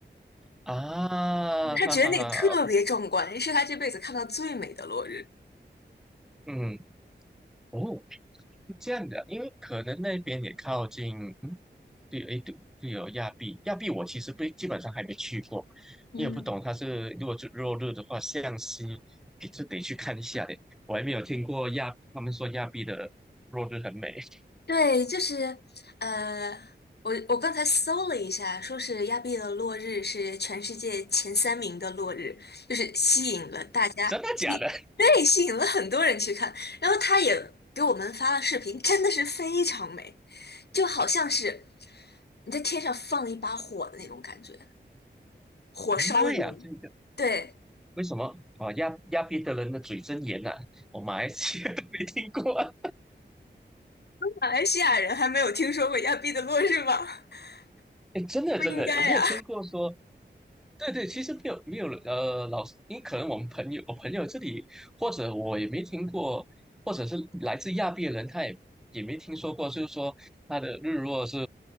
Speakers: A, in the centre; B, on the left (about 60°).
A: 啊，
B: <laughs> 他觉得那个特别壮观，
A: 哈哈哈，
B: 是他这辈子看到最美的落日。
A: 嗯，哦。是这样的，因为可能那边也靠近，嗯，对，诶，对，对哦，有亚庇，亚庇我其实不基本上还没去过，
B: 嗯。
A: 你也不懂它是如果是落日的话，向西也是得去看一下的，我还没有听过亚，他们说亚庇的落日很美，<laughs>
B: 对，就是呃，我我刚才搜了一下，说是亚庇的落日是全世界前三名的落日，就是吸引了大家，
A: 真的假的？
B: 吸，对，吸引了很多人去看。然后他也给我们发了视频，真的是非常美，就好像是你在天上放一把火的那种感觉，火烧云。
A: <laughs> 妈呀，这个
B: 对，
A: 为什么啊？亚亚庇的人的嘴真严呐、我马来西亚都没听过啊，
B: 马来西亚人还没有听说过亚庇的落日吗？<laughs>
A: <laughs> 诶，真的真的，
B: 不应该呀、
A: 有没有听过说？对对，其实没有没有呃，老师，因为可能我们朋友，我朋友这里，或者我也没听过，或者是来自亚庇的人，他也也没听说过，就是说他的日落是